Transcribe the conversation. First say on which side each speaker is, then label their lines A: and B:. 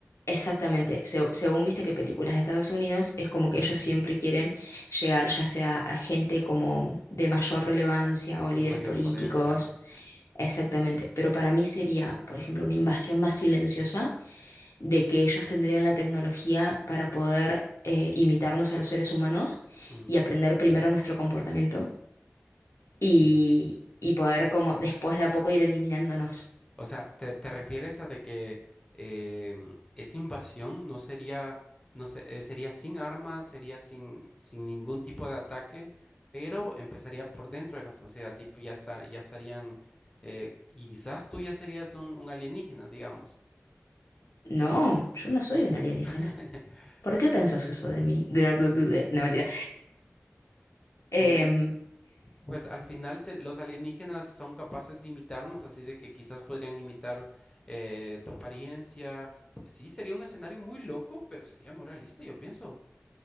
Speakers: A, on the left; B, on the left.
A: Exactamente, se- según viste que películas de Estados Unidos es como que ellos siempre quieren llegar ya sea a gente como de mayor relevancia o líderes
B: de mayor
A: políticos,
B: poder, claro?
A: exactamente, pero para mí sería, por ejemplo, una invasión más silenciosa de que ellos tendrían la tecnología para poder eh, imitarnos a los seres humanos
B: Mm,
A: y aprender primero nuestro comportamiento
B: sí.
A: y, y poder como después de a poco ir eliminándonos.
B: O sea, ¿te, te refieres a de que em, esa invasión no sería, no sé, eh, sería sin armas, sería sin, sin ningún tipo de ataque, pero empezaría por dentro de la sociedad, tipo, ya está, ya estarían, eh, quizás tú ya serías un, un alienígena, digamos.
A: No, yo no soy un alienígena.
B: <laughs>
A: ¿Por qué pensás eso de mí? De la bla, bla, bla. No, mentira. Em,
B: Me di- Pues al final se- los alienígenas son capaces de imitarnos, así de que quizás podrían imitar eh, tu apariencia. Pues sí, sería un escenario muy loco, pero sería muy realista, yo pienso.